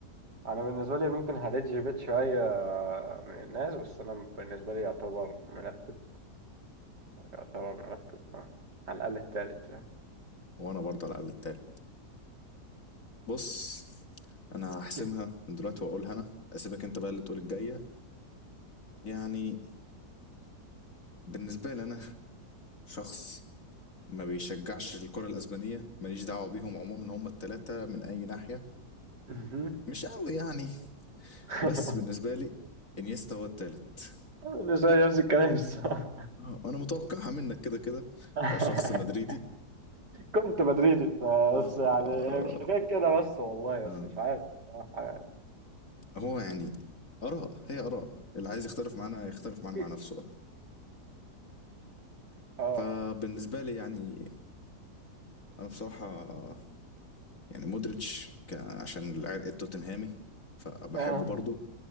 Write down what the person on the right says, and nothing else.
انا بالنسبه لي ممكن هديت جيبيت شويه من الناس بس انا بالنسبه لي يعتبر مرتب يعتبر مرتب آه. على الاقل التالت يعني
<laughs>
مهم.
<laughs>
بالنسبه لي نفس الكلام الصراحه
<laughs>
كنت مدريدي بس
يعني مش حكايه كده بس والله
بس
مش عارف صراحة. يعني.
اكيد
اه
آه.